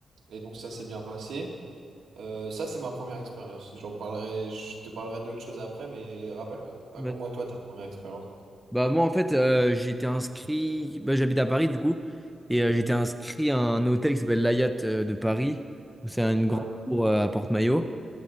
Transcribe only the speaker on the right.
et donc, ça s'est bien passé. Euh, ça, c'est ma première expérience. J'en parlerai, je te parlerai d'autres choses après, mais rappelle, raconte-moi
toi ta première expérience.
Ouais.